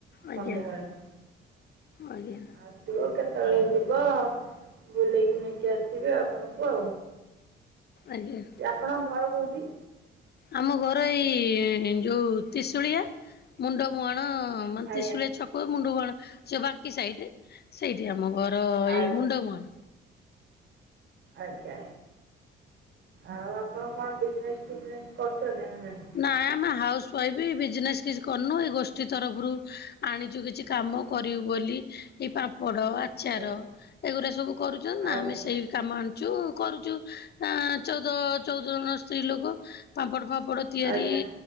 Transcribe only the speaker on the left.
ଆଜ୍ଞା
ଆଜ୍ଞା।
ଆଜ୍ଞା।
ଆମ ଘର ଏଇ ଯୋଉ ତିଶୁଳିଆ ମୁଣ୍ଡ ମୁୁହାଣ
ତିଶୁଳିଆ ଛକ ମୁଣ୍ଡ ମୁହାଣ, ସେ ବାଙ୍କି ସାଇଟି ସେଇଠି ଆମ ଘର
ଏଇ ମୁଣ୍ଡ ମୁହାଣ।
ନା ଆମେ ହାଉସ ୱାଇଫ୍ ବିଜନେସ୍ କିଛି କରିନୁ ଏଇ ଗୋଷ୍ଠୀ ତରଫରୁ ଆଣିଚୁ କିଛି କାମ କରିବୁ ବୋଲି ଏଇ ପାମ୍ପଡ଼ ଆ ଚାର
ଏଗୁରା ସବୁ କରୁଛନ୍ତି ନା
ଆମେ ସେଇ କାମ ଆଣୁଚୁ କରୁଚୁ ଆ ଚଉଦ ଚଉଦ ଜଣ ସ୍ତ୍ରୀ ଲୋକ। ପାମ୍ପଡ ଫାମ୍ପଡ ତିଆରି